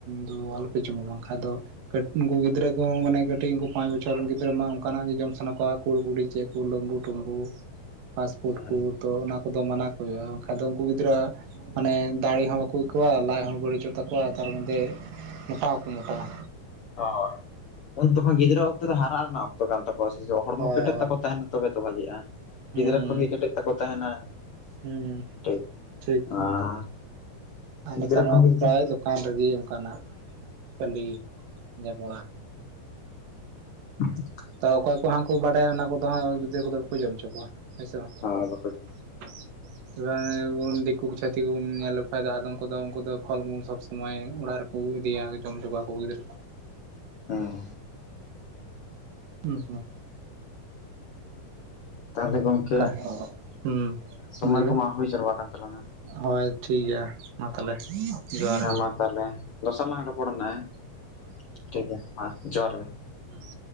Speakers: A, on the right; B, on the left.
A: ᱫᱚ ᱟᱞᱚᱯᱮ ᱡᱚᱢᱟ ᱵᱟᱝᱠᱷᱟᱭ ᱫᱚ ᱠᱟᱹᱴ ᱩᱱᱠᱩ ᱜᱤᱫᱽᱨᱟᱹ ᱠᱚᱦᱚᱸ ᱢᱟᱱᱮ ᱠᱟᱹᱴᱤᱡ ᱩᱱᱠᱩ ᱯᱟᱸᱪ ᱵᱚᱪᱷᱚᱨ ᱨᱮᱱ ᱜᱤᱫᱽᱨᱟᱹ ᱢᱟ ᱚᱝᱠᱟᱱᱟᱜ ᱜᱮ ᱡᱚᱢ ᱥᱟᱱᱟ ᱠᱚᱣᱟ ᱠᱩᱲ ᱠᱩᱲᱤ ᱪᱮᱫ ᱠᱚ ᱞᱩᱢᱵᱩ ᱴᱩᱢᱵᱩ ᱯᱟᱥᱯᱳᱨᱴ
B: ᱦᱩᱸ
A: ᱠᱚ ᱛᱚ ᱚᱱᱟ ᱠᱚᱫᱚ ᱢᱟᱱᱟ ᱠᱚ ᱦᱩᱭᱩᱜ-ᱟ ᱵᱟᱠᱷᱟᱱ ᱫᱚ ᱩᱱᱠᱩ ᱜᱤᱫᱽᱨᱟᱹ ᱢᱟᱱᱮ ᱫᱟᱲᱮ ᱦᱚᱸ ᱵᱟᱠᱚ ᱟᱹᱭᱠᱟᱹᱣᱟ ᱞᱟᱡᱽ ᱦᱚᱸ ᱵᱟᱹᱲᱤᱡᱚᱜ ᱛᱟᱠᱚᱣᱟ ᱛᱟᱨ ᱢᱚᱫᱫᱷᱮ ᱢᱚᱴᱟ ᱦᱚᱸᱠᱚ ᱢᱚᱴᱟᱜ-ᱟ᱾
B: ᱦᱳᱭ ᱩᱱ ᱛᱚᱠᱷᱚᱱ ᱜᱤᱫᱽᱨᱟᱹ ᱚᱠᱛᱚ ᱨᱮ ᱦᱟᱨᱟᱜ ᱨᱮᱱᱟᱜ ᱚᱠᱛᱚ ᱠᱟᱱ ᱛᱟᱠᱚᱣᱟ ᱥᱮ ᱦᱚᱲᱢᱚ
A: ᱦᱳᱭ
B: ᱠᱮᱴᱮᱡ
A: ᱦᱳᱭ
B: ᱛᱟᱠᱚ ᱛᱟᱦᱮᱱᱟ᱾ ᱛᱚᱵᱮ ᱛᱚ ᱵᱦᱟᱜᱤᱜ-ᱟ
A: ᱦᱩᱸ
B: ᱜᱤᱫᱽᱨᱟᱹ ᱠᱷᱚᱱᱜᱮ ᱠᱮᱴᱮᱡ ᱛᱟᱠᱚ ᱛᱟᱦᱮᱱᱟ
A: ᱦᱩᱸ
B: ᱴᱷᱤᱠ
A: ᱴᱷᱤᱠ
B: ᱟᱨ
A: ᱦᱮᱸ ᱟ ᱱᱮᱛᱟ
B: ᱜᱤᱫᱽᱨᱟᱹ
A: ᱱᱚᱣᱟ
B: ᱠᱷᱚᱱ
A: ᱯᱮ
B: ᱜᱮ ᱡᱩᱫᱤ
A: ᱯᱨᱟᱭ ᱫᱚ ᱠᱟᱱ ᱨᱮᱜᱮ ᱚᱝᱠᱟᱱᱟ ᱠᱷᱟᱹᱞᱤ ᱡᱚᱯᱚᱲᱟ
B: <inaudible>
A: ᱛᱚ ᱚᱠᱚᱭ ᱠᱚ ᱦᱟᱸᱜ ᱠᱚ ᱵᱟᱰᱟᱭᱟ ᱚᱱᱟ ᱠᱚᱫᱚ ᱦᱟᱸᱜ ᱜᱤᱫᱽᱨᱟᱹ ᱠᱚᱫᱚ ᱵᱟᱠᱚ ᱡᱚᱢ ᱚᱪᱚ ᱠᱚᱣᱟ ᱦᱮᱸ ᱥᱮ ᱵᱟᱝ
B: <unintelligible>
A: <inaudible> <unintelligible> ᱫᱤᱠᱩ ᱠᱚ ᱪᱷᱟᱹᱛᱤᱠ ᱠᱚᱵᱚᱱ ᱧᱮᱞ ᱞᱮᱠᱚᱠᱷᱟᱱ ᱫᱚ ᱟᱫᱚᱢ ᱠᱚᱫᱚ ᱩᱱᱠᱩ ᱯᱷᱚᱞ ᱢᱩᱞ ᱥᱚᱵᱽ ᱥᱚᱢᱚᱭ ᱚᱲᱟᱜ ᱨᱮ ᱩᱭ ᱫᱮᱭᱟ ᱡᱚᱢ ᱦᱚᱪᱚ ᱠᱚᱣᱟ ᱠᱚ ᱜᱤᱫᱽᱨᱟᱹ ᱠᱚ
B: ᱦᱮᱸ
A: ᱦᱩᱸ ᱦᱩ
B: ᱛᱟᱦᱚᱞᱮ ᱜᱚᱝᱠᱮ
A: ᱚᱠᱟ ᱦᱩᱸ
B: ᱥᱚᱢᱚᱭ
A: ᱞᱟᱹᱭ ᱵᱮᱱ
B: ᱠᱚᱢᱟ ᱦᱩᱭ ᱡᱟᱨᱣᱟ ᱠᱟᱱ ᱛᱟᱞᱟᱝᱟ᱾
A: ᱦᱳᱭ ᱴᱷᱤᱠ ᱜᱮᱭᱟ ᱢᱟ ᱛᱟᱦᱚᱞᱮ ᱡᱚᱦᱟᱨ
B: ᱦᱮᱸ
A: ᱜᱮ
B: ᱢᱟ ᱛᱟᱦᱚᱞᱮ ᱫᱚᱥᱟᱨ ᱞᱟᱝ ᱨᱚᱯᱚᱲ ᱱᱟ ᱦᱮᱸ ᱴᱷᱤᱠ ᱜᱮᱭᱟ ᱢᱟ ᱡᱚᱦᱟᱨ ᱜᱮ
A: ᱦᱩᱸ